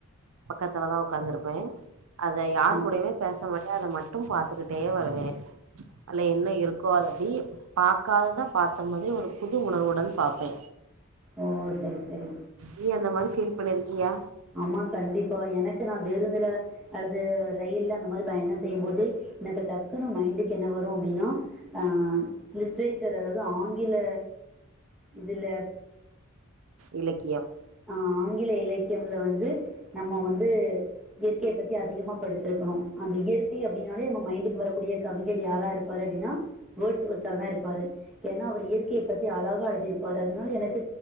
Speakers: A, on the right (about 70°); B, in the centre.
A: பக்கத்துல தா உக்காந்துருப்பே அத யாரு
B: ம்
A: கூடமே பேச மாட்டே அத மட்டு பாத்துக்கிட்டே வருவே அல்ல என்ன இருக்கோ அத அப்டியே பாக்காதத பாத்த மாதிரி ஒரு புது உணர்வுடன் பாப்போ
B: ஓ செரி செரி
A: நீ அந்த மாத்ரி ஃபீல் பண்ணிருக்கியா
B: ஆமா கண்டிப்பா எனக்கு நா பேருந்துல அல்லது ரயில் அந்த மாரி பயண செய்யும் போது எனக்கு டக்குன்னு மைண்டுக்கு என்ன வரு அப்டின்னா ஆ லிட்ரேச்சர் அதாது ஆங்கில இதுல
A: இலக்கியம்
B: ஆ ஆங்கில இலக்கியங்கல வந்து நம்ம வந்து இயற்கைய பத்தி அதிகமா படிச்சிருக்கோ அந்த இயற்கை அப்டின்னாலே நம்ம மைண்டுக்கு வரக்கூடிய கவிஞர் யாரா இரு ப்பாரு அப்டின்னா வேர்ட்ஸ் ஸ்மித்தா தா இருப்பாரு ஏனா அவரு இயற் கைய பத்தி அழகாக எழுதிருப்பாரு அதனால எனக்கு